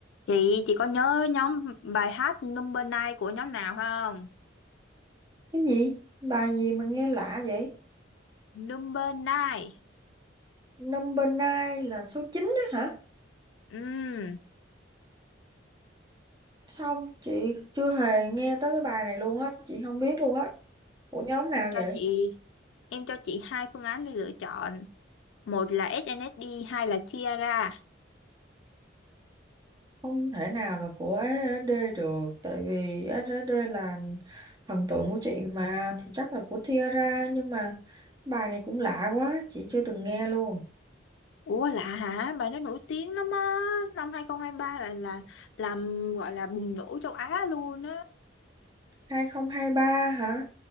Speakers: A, on the left; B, on the right.
A: Chị chị có nhớ nhóm bài hát Number Nine của nhóm nào không?
B: Cái gì? Bài gì mà nghe lạ vậy?
A: Number Nine.
B: Number nine là số 9 á hả?
A: Ừm,
B: Xong chị chưa hề nghe tới cái bài này luôn á, chị không biết luôn á. Của nhóm nào
A: em cho
B: vậy?
A: chị em cho chị hai phương án để lựa chọn. Một là SNSD, hai là Tiara.
B: Không thể nào là của SNSD được, tại vì SNSD là thần tượng của chị mà, thì chắc là của Tiara, nhưng mà bài này cũng lạ quá, chị chưa từng nghe luôn.
A: Ủa lạ hả? Bài đó nổi tiếng lắm á. Năm 2023 là là làm gọi là bùng nổ châu Á luôn á.
B: 2023 hả?